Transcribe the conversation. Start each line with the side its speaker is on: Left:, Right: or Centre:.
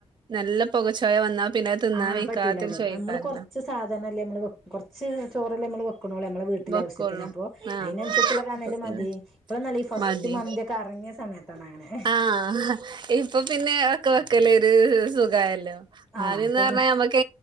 Right: നല്ല പുകച്ചോയ വന്നാ പിന്നെ തിന്നാൻ
Centre: ആഹ്
Right: വെയ്ക്കാത്ത
Centre: പറ്റൂലല്ലോ
Right: ചോയക്കാറില്ല
Centre: നമ്മള് കൊറച്ച് സാധനല്ലേ നമ്മള് കുറച്ച് ചോറ് അല്ലേ നമ്മൾ വെക്കണള്ളേ നമ്മളെ വീട്ടിലെ
Right: വെക്കൊള്ളൂ
Centre: ആവശ്യത്തിന് അപ്പൊ
Right: ആഹ്
Centre: അതിനനുസരിച്ചുള്ള കാണല്
Right: അപ്പൊ പിന്നെ
Centre: മതി ഇപ്പോളനല്ല ഈ ഫസ്റ്റ്
Right: മതി
Centre: മന്തി ഒക്കെ അറങ്ങിയ സമയത്താണ് അങ്ങനെ
Right: ആഹ് ഇപ്പൊ പിന്നെ ഒക്കെ വെക്കല്ലേ ഒരു സുഖല്ലോ
Centre: ആഹ്
Right: ആദ്യം
Centre: അപ്പൊ
Right: എന്ന് പിറഞ്ഞാൽ
Centre: പിന്നെ
Right: നമ്മക്ക്